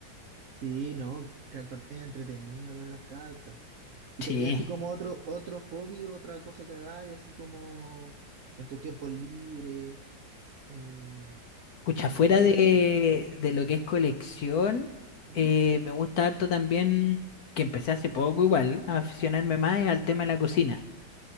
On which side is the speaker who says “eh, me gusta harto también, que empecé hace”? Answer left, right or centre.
Left